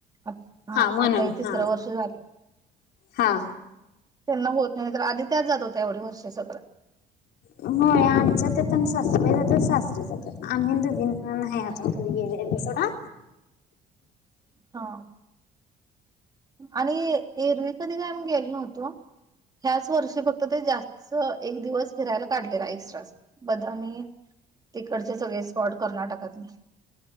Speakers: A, on the right; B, on the left.
A: हां,
B: हा
A: आंता
B: म्हणून
A: हे तिसरं
B: हा
A: वर्ष झालंय
B: हा
A: त्यांना होतं नाहीं तरं आंधी त्याचं जातं होत्यां एवढी वर्ष सगळं
B: होयं आमच्या त्यां सासूंबाई जातांत सासरे जातांत. आम्हीं दुघी नं पणं नाहीं अजूंन कधीं गेलेली सोडां
A: हां. आणि एरवी कधीं कायं आम्हीं गेलो नव्हतो. ह्यांचं वर्षी फक्तं ते जास्तं एक दिवसं फिरांयला काढलेला एक्स्ट्रांचा. बदामी, तिकडचे सगळे स्पॉट कर्नाटकातले.